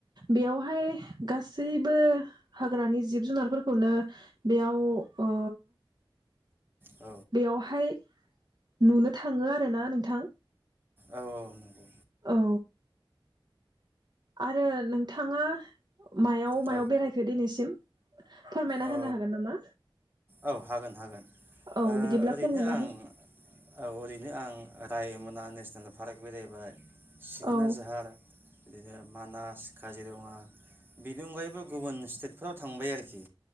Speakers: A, on the right; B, on the right.
A: बेयावहाय गासैबो हाग्रानि जिब जुनारफोरखौनो बेयाव ओ
B: औ
A: बेयावहाय नुनो थाङो आरो ना नोंथां।
B: औ औ नंगौ।
A: औ। आरो नोंथाङा मायाव
B: औ
A: मायाव बेरायखो दिनैसिम फोरमायना
B: औ
A: होनो हागोन नामा
B: औ हागोन हागोन
A: औ बिदिब्ला
B: ओरैनो
A: फोरमायना
B: आं
A: हो
B: औ ओरैनो आं रायमना नेसनेल पार्क बेरायबाय। सिखोना
A: औ
B: जाहार बिदिनो मानास काजिरङा बिनि अनगायैबो गुबुन स्टेटफोराव थांबाय आरोखि।